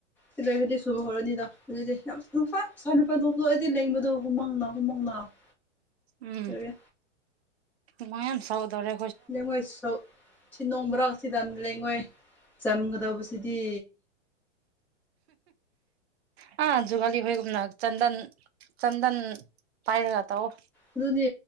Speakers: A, in the centre; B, on the right (about 60°).
A: ꯁꯤꯂꯩꯔꯗꯤ ꯁꯨꯕ ꯍꯧꯔꯅꯤꯗꯣ ꯑꯗꯨꯗꯤ ꯌꯥꯝ ꯐꯥꯏ ꯁꯥꯏ ꯃꯄꯥꯟ ꯊꯣꯛꯄꯗꯣ ꯑꯩꯗꯤ ꯂꯦꯡꯕꯗꯣ ꯍꯨꯃꯥꯥꯡꯅ ꯍꯨꯃꯥꯡꯅ <inaudible>
B: ꯎꯝ
A: ꯂꯣꯏꯔꯦ
B: ꯍꯨꯃꯥꯡ ꯌꯥꯝ ꯁꯧꯗꯣꯔꯦ
A: ꯂꯩꯉꯣꯏ ꯁ ꯁꯤ ꯅꯣꯡ ꯃꯔꯔꯥꯛꯁꯤꯗ ꯂꯩꯉꯣꯏ ꯆꯟꯒꯗꯕꯁꯤꯗꯤ
B: ꯍ ꯑꯥ ꯖꯨꯒꯥꯂꯤ ꯍꯣꯏꯒꯨꯝꯅ ꯆꯟꯗꯟ ꯆꯟꯗꯟ ꯄꯥꯏꯔꯒ ꯇꯥꯛꯑꯣ
A: ꯑꯗꯨꯅꯤ